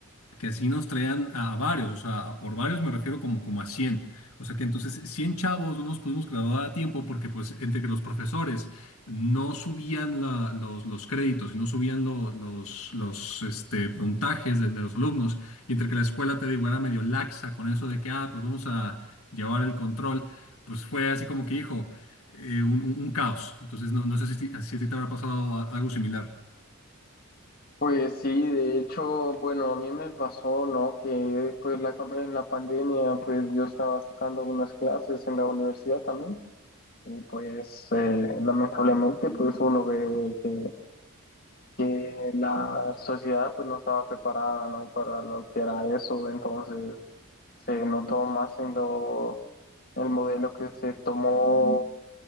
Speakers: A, on the left; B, on the left.
A: que sí nos traían a, a varios, o sea, a por varios me refiero como, como a cien, O sea que entonces 100 chavos no nos pudimos graduar a tiempo porque pues entre que los profesores no subían la- los, los créditos y no subían lo- los, los este, puntajes de, de los alumnos, y entre que la escuela, te digo, era medio laxa con eso de que, ah, pues vamos a llevar el control, pues fue así como que, hijo, eh, un, un- un caos. Entonces no, no sé si, ti- si a ti te habrá pasado a- algo similar.
B: Pues sí, de hecho, bueno, a mí me pasó, ¿no? Que después la, cam- en la pandemia, pues yo estaba sacando unas clases en la universidad también y pues eh, lamentablemente, pues uno ve que, que la sociedad pues no estaba preparada, ¿no? Para lo que era eso, entonces se notó más en lo, el modelo que se tomó